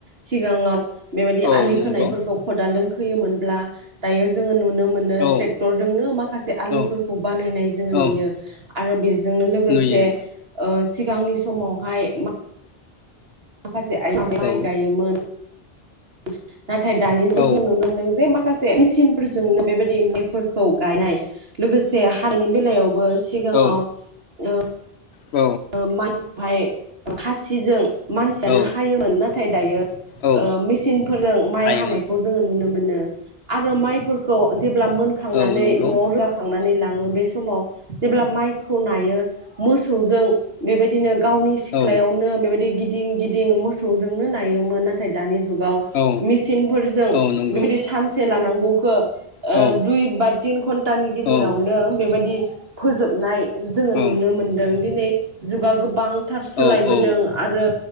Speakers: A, on the right; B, on the left.
A: सिगाङाव बेबायदि
B: औ
A: आलि खोनायफोरखौ
B: नंगौ
A: खदालदों फैयोमोनब्ला दायो जोंङो नुनो मोनो
B: औ
A: ट्रेक्टरजोंनो माखासे आलिफोरखौ
B: औ
A: बानायनाय जोङो
B: औ
A: नुयो आरो बेजोंनो लोगोसे
B: नुयो
A: ओ सिगांनि समावहाय मा माखासे आइजोफोरा
B: औ
A: माइ गायोमोन। <inaudible> नाथाय दानि जुगाआव
B: औ
A: जों नुनो मोन्दों जे मा माखासे मेसिनफोरजोंनो बेबायदि मायफोरखौ गायनाय लोगोसे हानि बेलायावबो सिगाङाव
B: औ
A: ओ
B: औ
A: ओ माइ माइ खासिजों मानसियानो
B: औ
A: हायोमोन नाथाय दायो
B: औ
A: मेसिनफोरजों माइ
B: हायोमोन
A: हानायखौ जोंङो नुनो मोनो मोनो आरो माइफोरखौ जेब्ला मोनखांनानै
B: औ नंगौ
A: नआव रोगाखांनानै ला ओ बे समाव जेब्ला माइखौ नायो मोसौजों बेबायदिनो गावनि सिथ्लायावनो
B: औ
A: बेबायदि गिद गिदिं-गिदिं मोसौजोंनो नायोमोन नाथाय दानि जुगाव
B: औ
A: मेचिनफोरजों
B: औ नंगौ
A: बेबायदि सानसे लानां <unintelligible> ओ
B: औ
A: दुइ बा तिन घन्टानि गेजेरावनो
B: औ
A: बेबायदि फोजोबनाय जोङो
B: औ
A: नुनो मोनदों दिनै। जुगा गोबां थार सोलायबोदों
B: औ औ
A: आरो